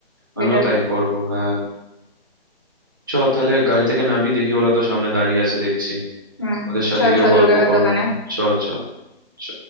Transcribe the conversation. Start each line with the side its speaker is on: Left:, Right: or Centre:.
Right: আমিও
Left: বেটার
Right: তাই
Left: কর
Right: করব হ্যাঁ চ তাহলে গাড়ি থেকে নামি দেখি ওরা তো সামনে দাঁড়িয়ে আছে দেখছি
Left: হুম
Right: ওদের সাথে
Left: চল
Right: গিয়ে
Left: সজল
Right: গল্প
Left: কাকার
Right: করবো
Left: দোকানে
Right: চ চ চ